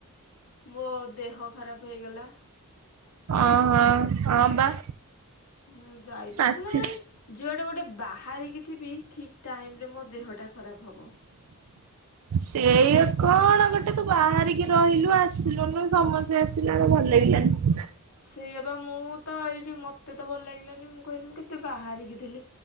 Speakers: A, on the left; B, on the right.
A: ମୋ ଦେହ ଖରାପ ହେଇଗଲା।
B: ଓ ହଁ ହ ବା।
A: ହୁଁ ଯାଇପାରିବି
B: ଆସି
A: ନା ନାଇଁ ଯୁଆଡ଼େ ଗୋଟେ ବାହାରିକି ଥିବି ଠିକ୍ ଟାଇମ୍ ରେ ମୋ ଦେହ ଟା ଖରାପ ହବ।
B: ସେଇ କଣ ଗୋଟେ ତୁ ବାହାରିକି ରହିଲୁ ଆସିଲୁୁନୁ ସମସ୍ତେ ଆସିଲାଲୁ ଭଲ ଲାଗିଲାନି।
A: ସେଇଆ ବା ମୁଁ ତ ଏଇଠି ମତେ ତ ଭଲ ଲାଗିଲାନି ମୁଁ କହିଲି ମୁଁ କେତେ ବାହାରିକି ଥିଲି